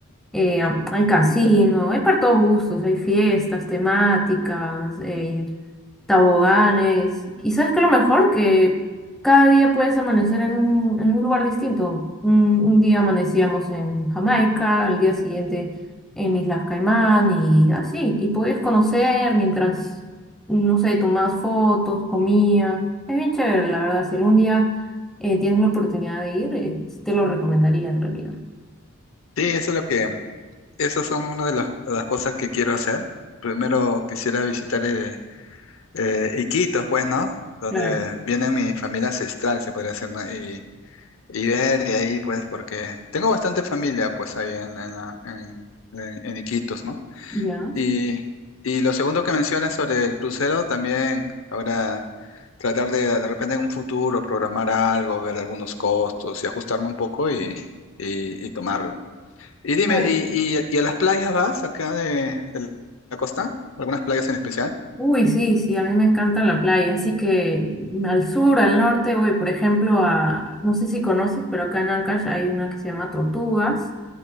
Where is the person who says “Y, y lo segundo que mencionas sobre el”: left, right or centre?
Left